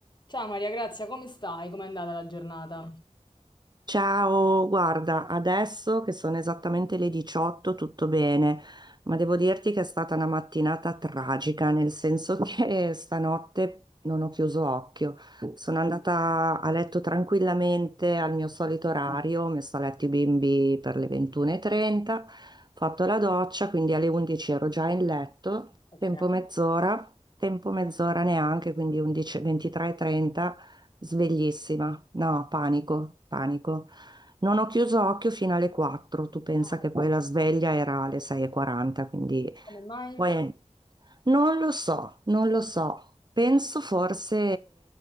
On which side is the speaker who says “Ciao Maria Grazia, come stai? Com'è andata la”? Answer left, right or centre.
Left